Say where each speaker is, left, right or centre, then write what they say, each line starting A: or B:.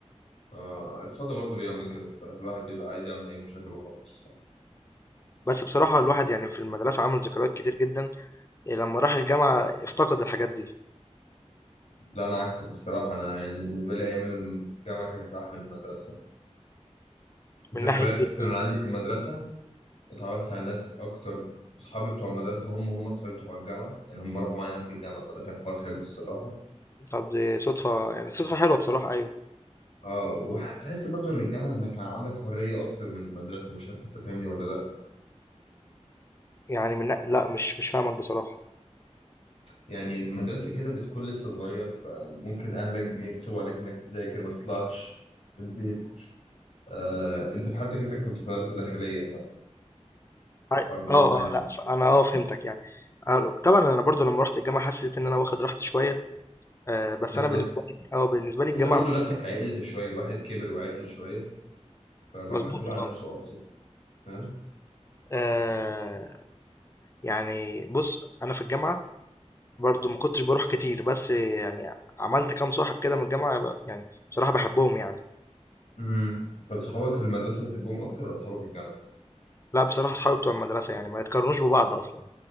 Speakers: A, on the left; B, on the left.
A: اه الفضا برضه بيعمل كده الصراحه الواحد بيبقى عايز يعمل اي مشاكل وخلاص
B: بس بصراحة الواحد يعني في المدرسة عمل ذكريات كتير جدا إيه، لما راح الجامعة افتقد الحاجات دي
A: لا انا عكسك الصراحه انا يعني بالنسبه لي ايام الجامعه كانت احلى من المدرسه الذكريات
B: من ناحية
A: اللي
B: إيه،
A: انا عندي في المدرسه اتعرفت على ناس اكتر اصحابي بتوع المدرسه هم هم اصحابي بتوع الجامعه يعني هم راحوا معايا نفس الجامعه فده كان حوار حلو الصراحه
B: طب دي صدفة يعني صدفة حلوة بصراحة أيوة
A: اه وهتحس برضه ان الجامعه انك كان عندك حريه اكتر من المدرسه مش عارف انت فاهمني ولا لا
B: يعني من نا... لا مش مش فاهمك بصراحة
A: يعني المدرسه كده بتكون لسه صغير فممكن اهلك بيغصبوا عليك انك تذاكر ما تطلعش من البيت آه انت في حالتك انت كنت في مدرسه داخليه فالحوار
B: أي-
A: ده
B: اه
A: ممكن
B: اه لا ف- انا اه فهمتك يعني آه، طبعا انا برضو لما رحت الجامعة حسيت ان انا واخد راحتي شوية آه، بس
A: بالظبط
B: انا بالنسبة لي اه بالنسبة لي الجامعة
A: انت برضو نفسك عقلت شويه الواحد كبر وعقل شويه فبقى
B: مظبوط
A: مسؤول عن
B: اه
A: نفسه اكتر فاهم
B: آه، يعني بص انا في الجامعة برضو ما كنتش بروح كتير بس يعني عملت كام صاحب كده من الجامعة ب- يعني بصراحة بحبهم يعني
A: امم طب صحابك في المدرسه بتحبهم اكتر ولا اصحابك الجامعه
B: لا بصراحة صحابي بتوع المدرسة يعني ما يتقارنوش ببعض أصلا